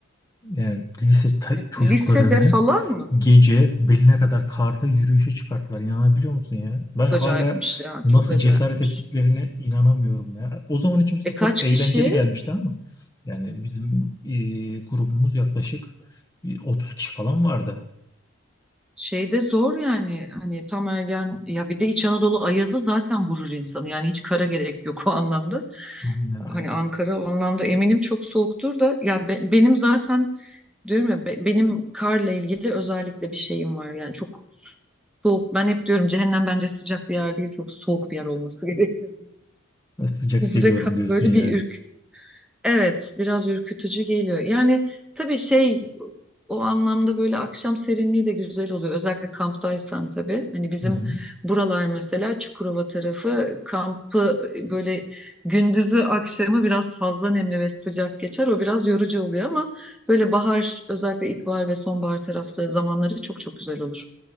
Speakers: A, on the left; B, in the centre.
A: yani lise ta-
B: L-
A: çocuklarını
B: Lisede falan mı?
A: gece beline kadar karda yürüyüşe çıkarttılar. İnanabiliyor musun ya? Ben
B: Çok acayipmiş
A: hala
B: yani.
A: nasıl
B: Çok acayipmiş.
A: cesaret ettiklerine inanamıyorum ya. O zaman için bize
B: E
A: çok
B: kaç
A: eğlenceli
B: kişi?
A: gelmişti ama yani bizim e, grubumuz yaklaşık e, 30 kişi falan vardı.
B: Şeyde zor yani. Hani tam ergen ya bir de İç Anadolu ayazı zaten vurur insanı. Yani hiç kara gerek yok o anlamda.
A: Aynen aynen.
B: Hani Ankara o anlamda eminim çok soğuktur da ya be- benim zaten Diyorum ya be- benim karla ilgili özellikle bir şeyim var yani çok soğuk. Ben hep diyorum cehennem bence sıcak bir yer değil çok soğuk bir yer olması <laughs> gerekir. diye.
A: Ben sıcak
B: Buz
A: seviyorum
B: ve kar
A: diyorsun
B: böyle
A: yani.
B: bir Evet, biraz ürkütücü geliyor. Yani tabii şey o anlamda böyle akşam serinliği de güzel oluyor. Özellikle kamptaysan tabii. Hani bizim
A: Hı hı.
B: buralar mesela Çukurova tarafı kampı e, böyle gündüzü akşamı biraz fazla nemli ve sıcak geçer. O biraz yorucu oluyor ama böyle bahar özellikle ilkbahar ve sonbahar taraflı zamanları çok çok güzel olur.